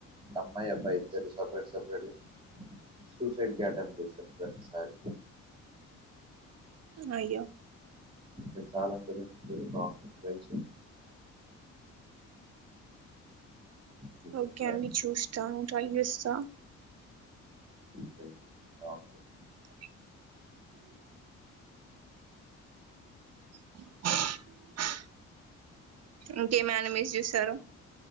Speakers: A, on the right; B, on the right.
A: అమ్మాయి అబ్బాయి ఇద్దరిదీ సపరేట్ సపరేటీ సుసైడ్ కి అటెంప్ట్ చేస్తది ప్రతిసారి
B: అయ్యో
A: ఇకా చాల <unintelligible> ట్రై చే డిఫరెంట్
B: ఓకే
A: టైం
B: అండి చూస్తాను ట్రై చేస్తా అ
A: ట్రై చేయి బాగుంటది
B: <unintelligible> <unintelligible> ఇంకేమైన మీస్ జూసారో